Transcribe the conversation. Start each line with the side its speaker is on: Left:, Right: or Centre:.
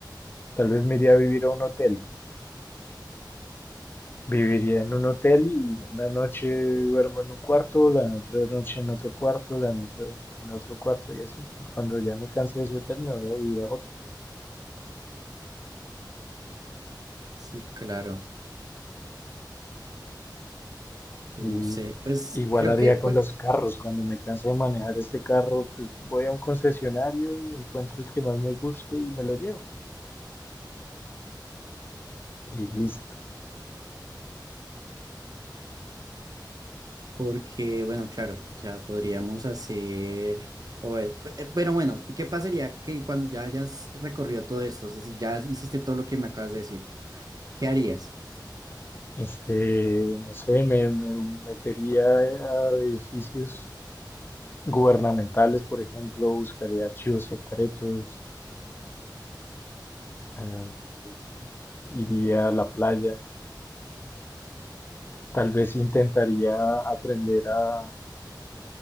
Left: tal vez me iría a vivir a un hotel. Viviría en un hotel y una noche duermo en un cuarto, la otra noche en otro cuarto, la otra en otro cuarto y así. Y cuando ya me canse de ese hotel me voy a vivir a otro.
Right: Sí, claro. Pues
Left: Y
Right: no sé, pues
Left: igual
Right: creo
Left: haría
Right: que
Left: con
Right: pues,
Left: los carros. Cuando me canse de manejar este carro, pues voy a un concesionario, encuentro el que más me guste y me lo llevo. Y listo.
Right: Porque, bueno, claro, o sea, podríamos hacer, o, eh, eh, pero bueno, ¿qué pasaría que cuando ya hayas recorrido todo esto, es decir, ya hiciste todo lo que me acabas de decir, ¿qué harías?
Left: Este, no sé, me, me metería a edificios gubernamentales, por ejemplo, buscaría archivos secretos, ah, iría a la playa, tal vez intentaría aprender a,